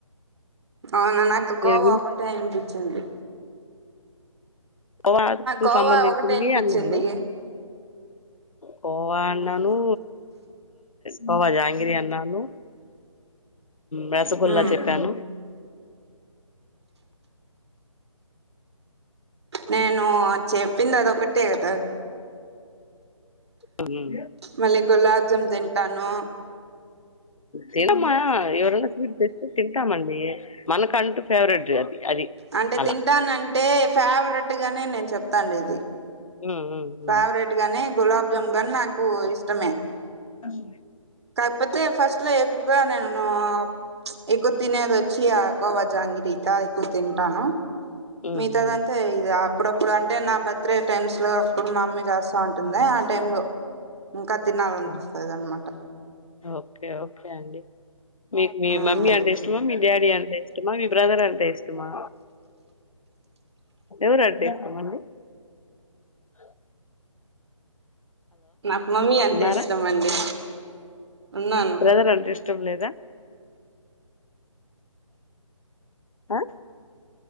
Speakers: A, on the right; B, on the left.
A: అవునా నాకుక్కువ
B: నేను
A: ఒకటి ఆయినకిచ్చింది
B: ఓకు
A: కోవా
B: సంబంధించింది
A: ఒకటే అనిపించింది
B: అన్నాను కోవా
A: మ్మ్
B: అన్నాను కోవా జహాంగిరి అన్నాను రసగుల్లా
A: మ్మ్
B: చెప్పాను
A: నేను అచ్చే పిందతో కట్టే కద
B: ఉమ్.
A: మళ్ళీ గులాబ్ జామ్ తింటాను
B: తినమా ఎవరైనా స్వీట్ చేస్తే తింటామండి మనక అంటూ ఫేవరెట్ అది అది
A: అంటే
B: అలా
A: తింటానంటే ఫేవరెట్గానే నేను చెప్తాను ఇది
B: హ్మ్. హ్మ్. హ్మ్.
A: ఫేవరెట్ గానీ గులాబ్ జామ్ గానీ నాకు ఇష్టమే
B: ఆ
A: కాకపోతే ఫస్ట్ లో ఎక్కువగా నేను ఎక్కువ తినేది వచ్చి కోవ జాంగ బీతాయికు తింటాను
B: హ్మ్.
A: మిగతాద
B: హ్మ్.
A: అంతా ఇది అప్పుడప్పుడు అంటే నా బర్త్డే టైమ్స్ లో అప్పుడు మా మమ్మీ చేస్తా ఉంటుంది ఆ టై లో ఇంకా తినాలనిపిస్తుంది
B: హ్మ్.
A: అనమాట
B: ఓకే ఓకే అండి మీకు మీ
A: ఉమ్
B: మమ్మీ అంటే ఇష్టమా మీ డాడీ అంటే ఇష్టమా ఇష్టమా మీ బ్రదర్ అంటే ఇష్టమా ఎవరు ఆంటె ఇష్టమాండి అ
A: నాకు మమ్మీ అంటే
B: ఉన్నారా
A: ఇష్టం అండి ఉన్నాను
B: బ్రదర్ అంటే ఇష్టం లేదా ఆ